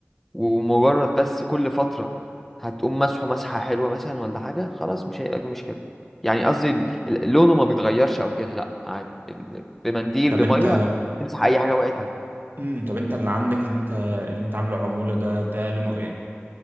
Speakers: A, in the centre; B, on the right.
A: ومجرد بس كل فتره هتقوم مسحه مسحه حلوه مثلا ولا حاجه خلاص مش هيبقى في مشكله يعني قصدي ال- ال- لونه ما بيتغيرش او كده لا عادي ال- بمنديل
B: طب
A: بميه
B: انت
A: تمسح اي حاجه وقعت عليه
B: مم. طب انت اللي عندك اللي انت اللي انت عامله عمولة ده ده لونه ايه